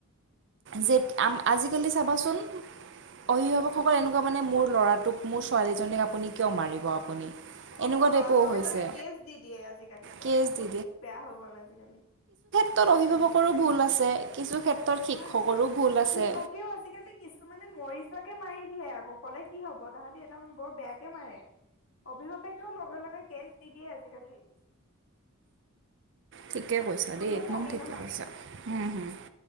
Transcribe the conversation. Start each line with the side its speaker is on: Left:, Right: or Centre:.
Right: যে আজিকালি চাবাচোন, অভিভাৱকসকল এনেকুৱা মানে মোৰ ল'ৰাটোক মোৰ ছোৱালী জনীক আপুনি কিয় মাৰিব আপুনি
Left: অ
Right: এনেকুৱা টাইপো
Left: লগে
Right: হৈছে
Left: লগে কেচ দি দিয়ে আজিকালি,
Right: কেছ
Left: এ বহুত
Right: দি
Left: বেয়া হৈ গ'ল আজিকালি।
Right: ত
Left: চিষ্টেমবোৰ
Right: অভিভাৱকৰো ভুল আছে। কিছু ক্ষেত্ৰত শিক্ষকৰো
Left: হয়,
Right: ভুল আছে
Left: শিক্ষকেও আজিকালি কিছুমানে মৰি যো কে মাৰি দিয়ে আকৌ ক'লে কি হ'ব তাহাঁতি একদম বৰ বেয়াকে মাৰে। অভিভাৱে কিয় লগ লগে লগে কেছ দি দিয়ে আজিকালি।
Right: ঠিকে কৈছা
Left: কোনো
Right: দেই একদম
Left: কমি
Right: ঠিকে
Left: নহয়
Right: কৈছা, হুম হুম,